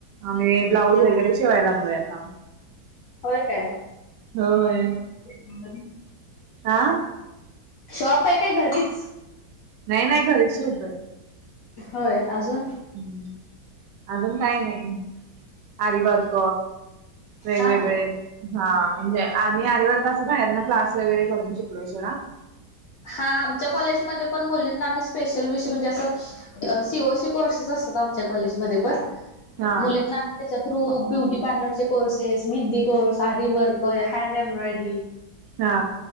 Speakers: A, on the right; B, on the left.
A: आम्ही ब्लाऊज
B: निवांत?
A: वगैरे शिवाय लागलोय आता
B: होय काय
A: होय.
B: म घरी
A: हा
B: शॉप हाय काय घरीच
A: नाय नाय घरीच शिवतोय.
B: होय अजून
A: हम्म अजून काय नाई. आरिवर्क वेगवेगळे
B: हा
A: हा म्हणजे आम्ही आरिवर्क असं बाहेरना क्लास वगैरे करून शिकलोय सोडा
B: हा आमच्या कॉलेजमध्ये पण मुलींना आम्ही स्पेशल विषय म्हणजे असं अ सी ओ सी कोर्सेस असतात आमच्या कॉलेजमध्ये पण
A: हा
B: मुलींना त्याच्या थ्रू ब्युटी पार्लर चे कोर्सेस, मेहंदी कोर्स, आरिवर्क, हँड एम्ब्रॉयडरी
A: हा.